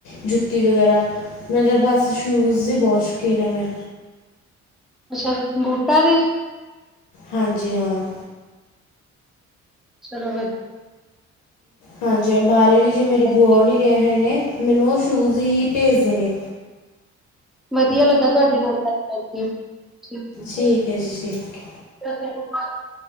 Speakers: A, on the left; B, in the centre.
A: ਜੁੱਤੀ ਵਗੈਰਾ ਮਤਲਬ ਬਸ ਸ਼ੂਜ ਦੀ ਬਹੁਤ ਸ਼ੌਕੀਨ ਐ ਮੈਂ
B: ਅੱਛਾ ਬੂਟਾਂ ਦੀ
A: ਹਾਂਜੀ ਹਾਂ
B: ਚਲੋ ਵ
A: ਹਾਂਜੀ ਹਾਂ ਬਾਰੇ ਵੀ ਜੇ ਮੇਰੀ
B: ਵਧੀਆ
A: ਬੂਆ ਹੁਣੀ ਗਏ ਹੋਏ ਨੇ ਮੈਨੂੰ ਉਹ ਸ਼ੂਜ਼ ਹੀ ਭੇਜਦੇ ਨੇ
B: ਵਧੀਆ ਲੱਗਾ ਤੁਹਾਡੇ ਨਾਲ ਗੱਲ ਕਰਕੇ
A: ਠੀਕ
B: <unintelligible>
A: ਹੈ ਜੀ ਠੀਕ ਹੈ
B: <unintelligible>